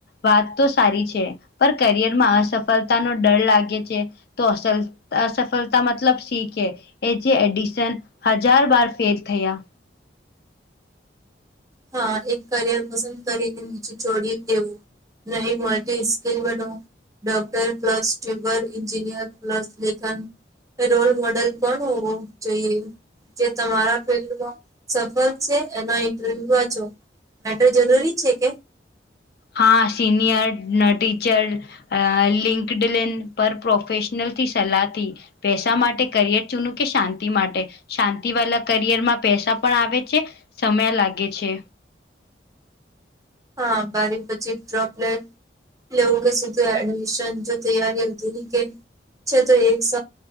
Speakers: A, on the left (about 55°); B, on the right (about 20°).
A: વાત તો સારી છે પણ કરિયર માં અસફળતાનો ડર લાગે છે. તો અસલ અસફલતા મતલબ શીખે. એ જે એડિશન હજાર બાર ફેલ થયા.
B: હા એક કરિયર પસંદ કરીને બીજુ <inaudible> દેવું. નહી માટે skill <inaudible> doctor plus ટ્યબર engineer plus લેખન. રોલ મોડેલ કોણ હોવો જોઈએ. જે તમારા ફિલ્ડમાં સફળ છે એના. અ વા છો મેટર જરૂરી છે કે.
A: હા સિનિયર ન ટીચર. અ લિંકડીન ન પર પ્ર્રોફેેશનલથી સલાહથી. પૈસા માટે કરિયર ચૂનું કે શાંતિ માટે. શાંતિ વાળા કરિયરમાં પૈસા પણ આવે છે સમય લાગે છે.
B: હા બારી પછી ડ્રોપલેટ. એ લો એવું કે સીધું એડમિશન જો તૈયારી હતી ને કે. છે તો એક સ